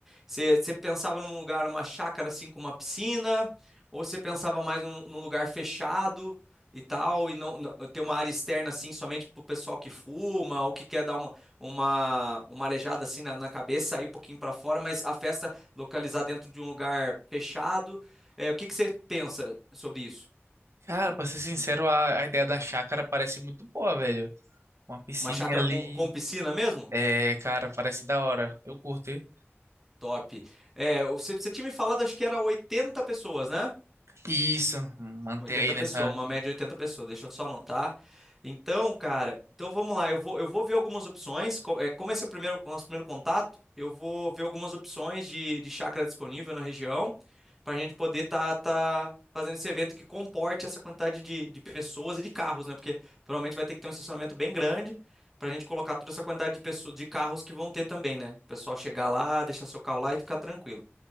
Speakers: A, in the centre; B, on the right.
A: Você, você pensava num lugar, uma chácara assim com uma piscina, ou você pensava mais num, num lugar fechado e tal, e não, não- ter uma área externa assim somente pro pessoal que fuma ou que quer dar uma uma, uma aleijada assim na, na cabeça, sair um pouquinho para fora, mas a festa localizar dentro de um lugar fechado? É, o que que você pensa sobre isso?
B: Cara, pra ser sincero, a, a ideia da chácara parece muito boa, velho. Uma piscininha
A: Uma chácara
B: ali.
A: com, com piscina mesmo?
B: É, cara, parece da hora. Eu curto, hein?
A: Top. É, você, você tinha me falado, acho que era 80 pessoas, né?
B: Isso, manter
A: 80
B: aí nessa.
A: pessoas, uma média de 80 pessoas, deixa eu só anotar. Então, cara, então vamos lá, eu vou, eu vou ver algumas opções. Co- é, Como esse é o primeiro, o nosso primeiro contato, eu vou ver algumas opções de, de chácara disponível na região, para a gente poder estar tá, tá fazendo esse evento que comporte essa quantidade de, de pessoas e de carros, né? Porque provavelmente vai ter que ter um estacionamento bem grande para a gente colocar toda essa quantidade de pessoas, de carros que vão ter também, né? O pessoal chegar lá, deixar seu carro lá e ficar tranquilo.